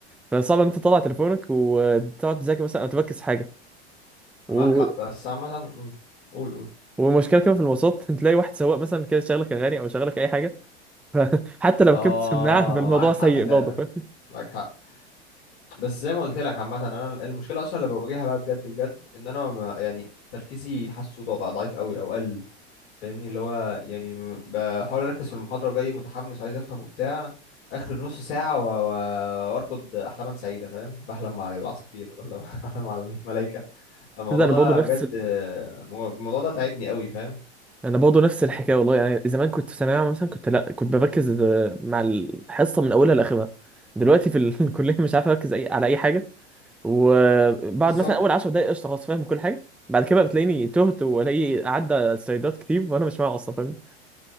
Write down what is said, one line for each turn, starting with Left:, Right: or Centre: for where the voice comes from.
Centre: فصعب ان انت تطلع تليفونك وتقعد تذاكر مثلا او تركز في حاجه و...
Left: معاك حق بس عامة مم. قول قول
Centre: والمشكله كمان في المواصلات <laughs> تلاقي واحد سواق مثلا كده شغلك اغاني او شغلك اي حاجه <laughs> حتى لو
Left: اه
Centre: ركبت سماعه فالموضوع
Left: معاك حق
Centre: سيء
Left: فعلا
Centre: برضه فاهم
Left: معاك حق بس زي ما قلت لك عامة انا المشكلة اصلا اللي بواجهها بقى بجد بجد ان انا ما يعني تركيزي حاسه ضا- بقى ضعيف قوي او قل فاهمني اللي هو يعني م- بحاول اركز في المحاضرة جاي متحمس عايز افهم وبتاع اخر نص ساعة و... و... وارقد احلاما سعيدة فاهم بحلم مع العصافير ولا <laughs> بحلم مع الملائكة الموضوع
Centre: ده انا
Left: ده
Centre: برضه نفس
Left: بجد آه، الموضوع ده تعبني قوي فاهم
Centre: انا برضه نفس الحكايه والله يعني زمان كنت في ثانويه عامه مثلا كنت لا كنت بركز آه، مع الحصه من اولها لاخرها دلوقتي في ال- <laughs> الكليه مش عارف اركز اي على اي حاجه وبعد
Left: بالظبط
Centre: مثلا اول 10 دقائق قشطه خلاص فاهم كل حاجه بعد كده بقى بتلاقيني تهت والاقي عدى سلايدات كتير وانا مش معايا اصلا فاهم